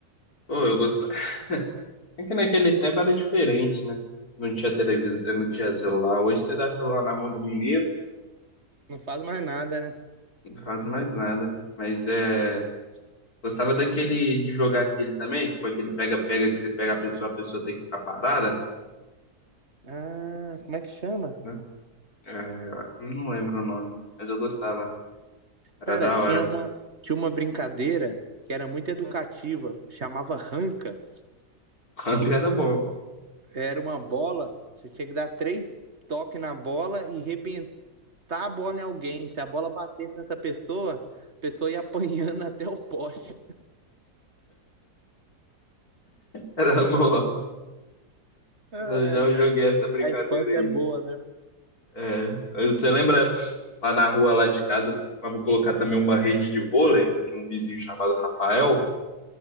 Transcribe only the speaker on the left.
Oh, eu gostava. É que naquele tempo era diferente, né? Não tinha televisão, não tinha celular. Hoje você dá celular na mão do menino,
não faz mais nada. Mas é. Gostava daquele de jogar aquele também, foi aquele pega-pega que você pega a pessoa, a pessoa tem que ficar parada,
né? É, não lembro o nome, mas eu gostava. Era
da
hora.
<laughs> Hang era bom.
Era bom.
Eu já joguei
essa brincadeira
aí.
É, você lembra lá na rua lá de casa, costumava colocar também uma rede de vôlei, que eu tinha um vizinho chamado Rafael,